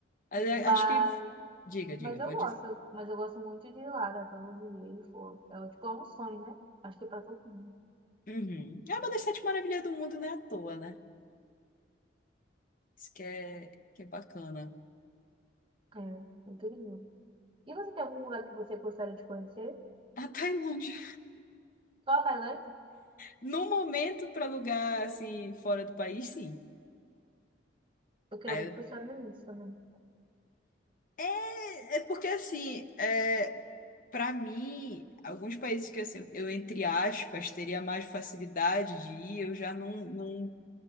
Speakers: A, on the left; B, on the right.
A: Mas é-
B: Mas.
A: Acho que. Diga, diga,
B: Mas eu
A: pode
B: gosto,
A: dizer.
B: mas eu gosto muito de ir lá, né? Todo dia e for. É tipo, é um sonho, né? Acho que pra todo mundo.
A: Uhum. É uma das sete maravilhas do mundo, não é à toa, né? Isso que é, que é bacana.
B: É, muito lindo. E você tem algum lugar que você gostaria de conhecer?
A: <laughs> A Tailândia.
B: Só a Tailândia?
A: No momento, para lugar assim, fora do país, sim.
B: Eu queria
A: Aí
B: muito ir para os Estados Unidos também.
A: É, é porque assim, é, para mim, alguns países que assim, eu, entre aspas, teria mais facilidade de ir, eu já não, não,